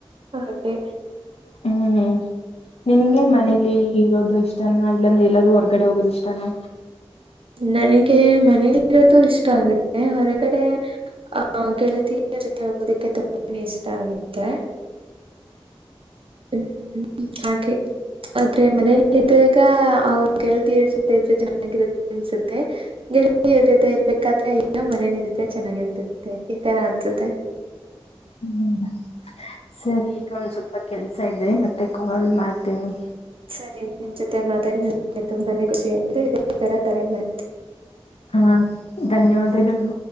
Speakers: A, on the right; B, on the left.
A: ಹಾಗೆ
B: ಹ್ಮ್ ನಿಮ್ಗೆ ಮನೇಲಿ ಇರೋದು ಇಷ್ಟ ಇಷ್ಟನ ಇಲ್ಲಂದ್ರೆ ಎಲ್ಲರೂ ಹೊರ್ಗಡೆ ಹೋಗೋದ ಇಷ್ಟಾನ
A: ನನಗೆ ಮನೇಲಿರೋದು ಇಷ್ಟ ಆಗುತ್ತೆ ಹೊರಗಡೆ ಆಹ ಗೆಳತಿಯ ರತಿ ಹೋಗೋದಿಕ್ಕೆ ತುಂಬ ಇಷ್ಟ ಆಗುತ್ತೆ ಹ್ಮ್ ಹಾಗೆ ಆದ್ರೆ ಮನೇೆಯಲ್ಲಿ ಇದ್ದಾಗ ಅವ <unintelligible> ಚೆನ್ನಾಗಿರುತ್ತೆ ಅನ್ಸುತ್ತೆ ಗೆಳತಿಯ ಜೊತೆ ಇರ್ಬೇಕು ಕತೆೆ ಅಯ್ಯೋ ಮನೇ ನಿ ಇದ್ರೆ ಚೆನ್ನಾಗಿರ್ತತ್ತೆ ಈ ತರ ಅನ್ಸುತ್ತೆ
B: ಹ್ಮ್ ಸರಿ ಈಗ ಒಂದ ಸ್ವಲ್ಪ ಕೆಲ್ಸ ಇದೆ ಮತ್ತೆ ಕಾಲ್ ಮಾಡ್ತೇನಿ
A: ಸರಿ ನಿಮ್ ಜೊತೆ ಮಾತಾಡಿ ನಗೆ ತುಂಬಾನೇಖಷಿ ಆ ಅ ಇದೇ ತರ ತ ಮಾಡಯ್
B: ಹಾ ಧನ್ಯವಾದಗಳು